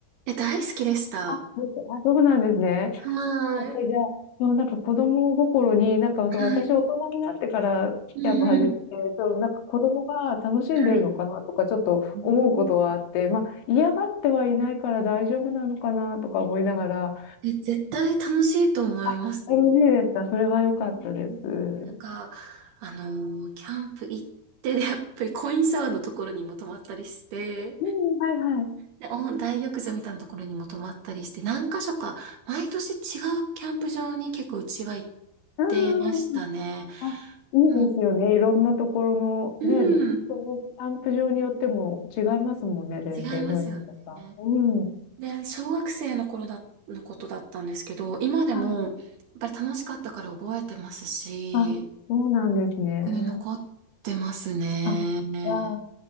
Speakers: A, on the right; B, on the left.
A: え、大好きでした。
B: あ、ですあ、そうなんですね。
A: はーい。
B: やっぱりじゃあ、そう、なんか子供心に、なんかそう私大人になってからやっぱ始めて、
A: はい。うんうん。
B: そう、なんか子供が楽しんでるのかなとかちょっと思うことはあって、
A: はい。うん
B: まあ嫌がってはいないから大丈夫なのかなとか思いながら、
A: え、絶対楽しいと思いますよ。
B: あ、楽しいでした。それは良かったです。
A: うんなんか、
B: う
A: あのーキャンプ行って、で、やっぱりコインシャワーのところにも泊まったりして、
B: ん、はいはい。
A: で、お大浴場みたいなところにも泊まったりして、何箇所か、毎年違うキャンプ場に結構うちは行っ
B: うん。
A: てましたね。
B: あ、いいですよね。
A: も
B: いろんなところの、
A: う、
B: ね、
A: うん、
B: そのキャンプ場によっても違いますもんね、全然雰囲気とか。
A: 違いますよね。
B: うん。
A: で、小学生の頃だ、のことだったんですけど、今でも、
B: はい。
A: やっぱり楽しかったから覚えてますし、
B: あ、そうなんですね。
A: 記に残ってますね。
B: あ
A: う
B: じゃあ